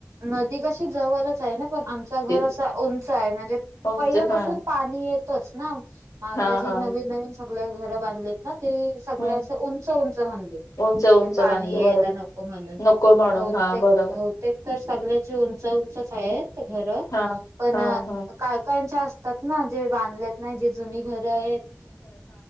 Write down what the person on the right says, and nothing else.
नदी कशी जवळच आहे ना, पण आमचा घर
असा उंच आहे म्हणजे
पहिल्यापासून
पा येतोच ना म आता
जी
नवीन नवीन सगळे घर बांधलेत ना ते सगळ
असं उंच उंच बाधले. म्हणजे
पाणी
यायला
नको म्हणून,
बहतेक
बहुतेक. तर सगळ्यांची उंच उंचच आहेत घर
पण
काय लोकांच्या असतात ना जे बांधलेत नाही जे जुनी घर आहेत.